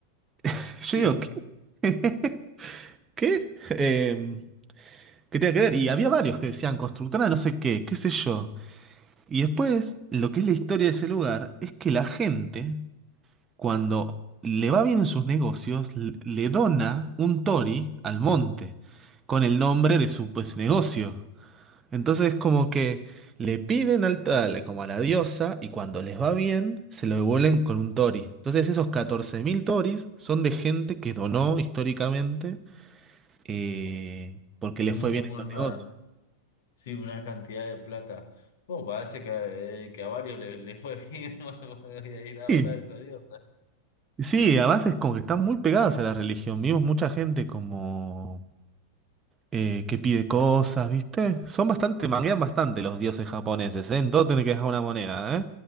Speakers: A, on the right; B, on the left.
A: <laughs> Yo
B: sí.
A: digo, ¿qué? <laughs> ¿Qué? Eh, ¿qué tiene que ver? Y había varios que decían constructora no sé qué, qué sé yo. Y después, lo que es la historia de ese lugar es que la gente, cuando le va bien en sus negocios, l- le dona un tori al monte con el nombre de su pues negocio. Entonces, como que le piden al tal, como a la diosa, y cuando les va bien, se lo devuelven con un tori. Entonces, esos 14.000 toris son de gente que donó históricamente eh, porque le
B: Un-
A: fue
B: una-
A: bien en los negocios.
B: Sí, una cantidad de plata. Bueno, parece que, eh, que a varios le, le fue bien. <laughs> Bueno, Voy a ir a adorar
A: Sí,
B: a esa diosa.
A: Sí, además es como que están muy pegadas a la religión. Vimos mucha gente como eh, que pide cosas, ¿viste? Son bastante, manguean bastante los dioses japoneses, ¿eh? En todo tienen que dejar una moneda,